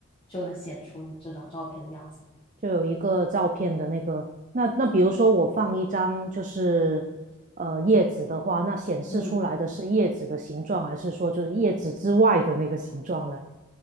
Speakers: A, on the left (about 25°); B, on the right (about 40°).
A: 就能显出你这张照片的样子。
B: 就有一个照片的那个，那那比如说我放一张就是呃叶子的话，那显示出来的是叶子的形状，
A: 嗯。
B: 还是说就是叶子之外的那个形状呢？